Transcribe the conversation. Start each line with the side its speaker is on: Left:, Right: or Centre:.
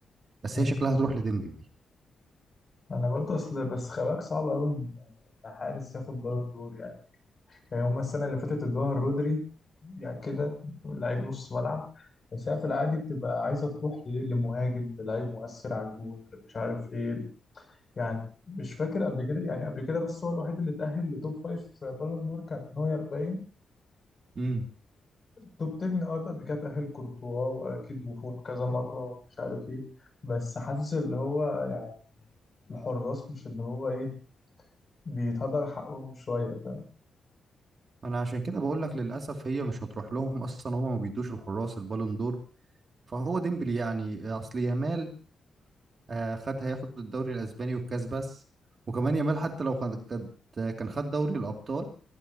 Right: بس
Left: مم.
Right: هي شكلها هتروح لديمبلي
Left: أنا برضه أصل بس خباك صعب أوي إن إن حارس ياخد بالون دور يعني يعني هما السنة اللي فاتت ادوها رودري يعني كده لعيب نص ملعب بس هي في العادي بتبقى عايزة تروح لإيه لمهاجم للعيب مؤثر على الجون مش عارف إيه يعني مش فاكر قبل كده يعني قبل كده بس هو الوحيد اللي اتأهل لتوب فايف في بالون دور كان نوير باين
Right: امم
Left: توب 10 اه قبل كده تأهل كورتوا واكيد بوفون كذا مره ومش عارف ايه بس حاسس اللي هو يعني الحراس مش اللي هو ايه بيتهدر حقهم شويه فاهم
Right: انا عشان كده بقول لك للاسف هي مش هتروح لهم اصلا هما ما بيدوش الحراس البالون دور فهو ديمبلي يعني اصل يامال آه، خد هياخد الدوري الاسباني والكاس بس وكمان يامال حتى لو خد كان كان خد دوري الابطال